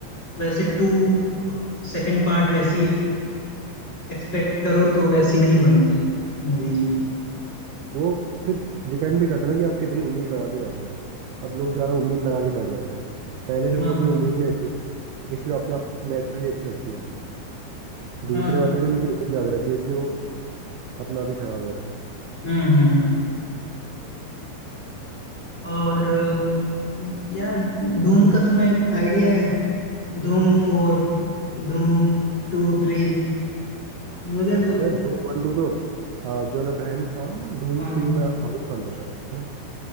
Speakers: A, on the left; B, on the right.
A: वैसे टू सेकंड पार्ट वैसी एक्सपेक्ट करो तो वैसी नहीं बनती मूवीज में
B: वो फिर डिपेंड भी करता है ना कि आप कितनी उम्मीद लगा के बैठे हो अब लोग ज़्यादा उम्मीद लगा के बैठ जाते हैं पहले से उनको
A: हाँ
B: कोई उम्मीद नहीं रहती इसलिए अपना नेचुरली अच्छी लगती है दूसरे
A: हाँ
B: वाले से उनकी उम्मीद ज़्यादा रहती है इसलिए वो अपना भी खराब हो जाती है
A: हम्म हम्म और अ, यार धूम का तुम्हें आइडिया है धूम फोर धूम टू थ्री मुझे तो
B: यार धूम वन टू तो आ, जॉन अब्राहम था धूम
A: हाँ
B: थ्री में आमिर खान था शायद है ना